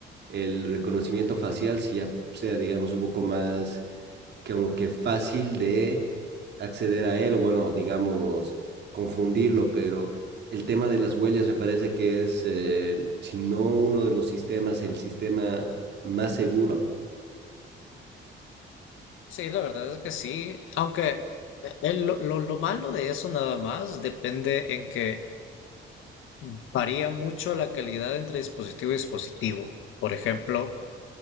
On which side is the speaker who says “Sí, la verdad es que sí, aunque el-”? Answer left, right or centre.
Left